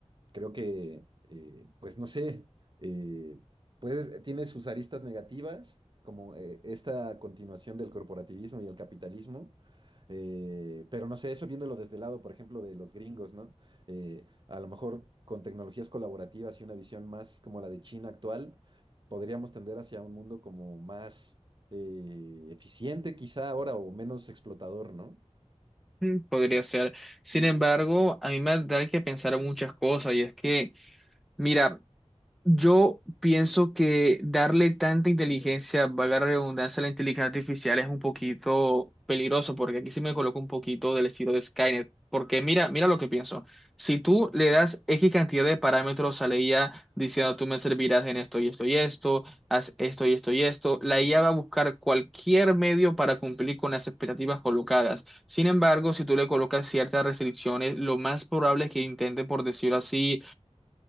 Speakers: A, on the right (about 40°); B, in the centre.
A: creo que, eh, pues no sé, eh, puedes- tiene sus aristas negativas, como eh, esta continuación del corporativismo y el capitalismo, eh, pero no sé, eso viéndolo desde el lado, por ejemplo, de los gringos, ¿no? Eh, a lo mejor con tecnologías colaborativas y una visión más como la de China actual, podríamos tender hacia un mundo como más eh, eficiente quizá ahora o menos explotador, ¿no?
B: Mm, Podría ser. Sin embargo, a mí me da que pensar en muchas cosas y es que, mira, Yo pienso que darle tanta inteligencia, valga la redundancia, a la inteligencia artificial es un poquito peligroso, porque aquí sí me coloco un poquito del estilo de Skynet. Porque mira, mira lo que pienso. Si tú le das X cantidad de parámetros a la IA diciendo tú me servirás en esto y esto y esto, haz esto y esto y esto, la IA va a buscar cualquier medio para cumplir con las expectativas colocadas. Sin embargo, si tú le colocas ciertas restricciones, lo más probable es que intente, por decirlo así,